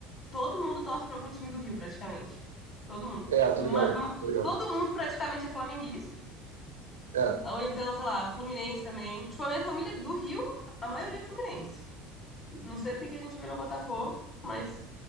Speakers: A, on the left (about 35°); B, on the right (about 75°).
A: todo mundo torce pra algum time do Rio, praticamente. Todo mundo.
B: É, tô ligado,
A: Ma- ma-
B: tô ligado.
A: todo mundo praticamente é flamenguista.
B: É,
A: Ou então, sei lá, Fluminense também. Tipo, a minha família do Rio, a maioria é Fluminense. Não sei porque que a gente virou Botafogo, mas